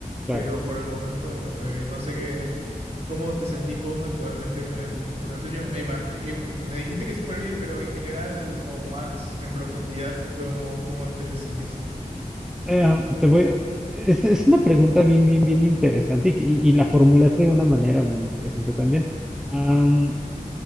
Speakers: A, in the centre; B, on the right (about 45°).
A: Claro.
B: pero por el momento estoy bien. No sé qué. ¿Cómo te sentís vos actualmente con el, con el tuyo? Me, ima- y me dijiste que súper bien, pero en general o más en profundidad, ¿cómo, cómo te sentís?
A: Em, te voy a- Es, es una pregunta bien, bien, bien interesante y, que- y- y la formulaste de una manera muy interesante también. Am,